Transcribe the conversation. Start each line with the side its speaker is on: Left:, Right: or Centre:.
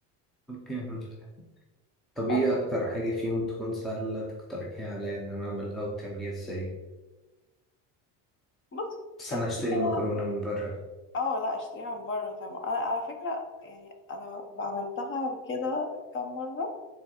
Centre: اوكي الحمد لله طب
Left: اه
Centre: ايه اكتر حاجة فيهم تكون سهلة تقترحيها عليا ان انا اعملها وتعمليها ازاي
Left: بص
Centre: بس
Left: كان
Centre: انا اشتري
Left: في كده
Centre: مكرونة من بره
Left: اه لا اشتريها من بره طبعا انا على فكرة يعني انا عملتها كده كم مرة